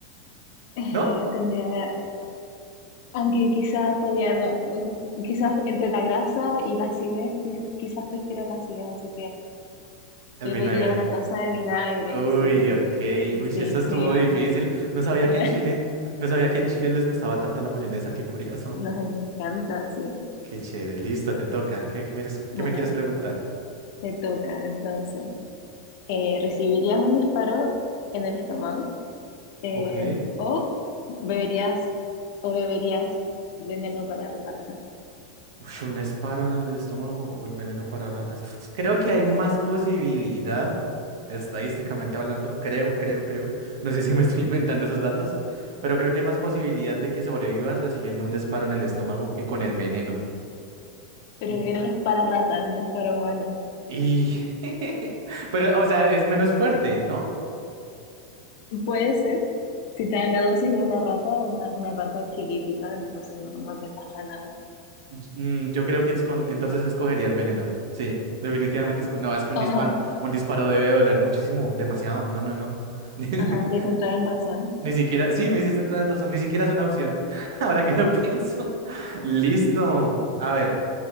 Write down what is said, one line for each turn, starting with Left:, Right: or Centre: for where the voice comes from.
Left: eh,
Right: ¿No?
Left: tendría Aunque quizás podría, no, quizás entre la grasa y la acidez, quiz- quizás prefiera la acidez, así que bebería
Right: El vinagre.
Left: una taza de vinagre,
Right: Uy,
Left: sí,
Right: ok. Uy, sí,
Left: sí,
Right: esa
Left: sí,
Right: estuvo
Left: mejor.
Right: difícil. No sabía
Left: Me-
Right: que en Chile, no sabía que en Chile les gustaba tanto la mayonesa, qué curioso.
Left: nos encanta, sí.
Right: Qué chévere, listo, te toca. ¿Qué, qué me, eres-
Left: Bueno,
Right: qué me quieres preguntar?
Left: te toca, entonces. Eh, ¿recibirías un disparo en el estómago? Eh,
Right: Ok.
Left: o beberías, o beberías veneno para ratas.
Right: Uy, un disparo en el estómago o el veneno para ratas. Creo que hay más posibilidad, estadísticamente hablando, creo, creo, creo. No sé si me estoy <laughs> inventando esos datos, pero creo que hay más posibilidad de que sobrevivas recibiendo un disparo en el estómago que con el veneno.
Left: Pero
Right: Mm,
Left: el veneno es para ratas, no es para humanos.
Right: Y... <laughs> Pero, o sea, es menos fuerte, ¿no?
Left: Puede ser. Si te dan la dosis de una rata, una, una rata chiquitita, entonces no, no te pasa nada.
Right: Y- mm, Yo creo que es con- entonces escogería el veneno. Sí, definitivamente. esco- No, es que un
Left: Ajá,
Right: disparo, un disparo debe doler muchísimo, demasiado. No, no, no. <laughs>
Left: ajá, te hice entrar en razón.
Right: Ni siquiera, sí, me hiciste entrar en razón, ni siquiera es una opción. <laughs> Ahora que lo pienso. <laughs> Listo. A ver,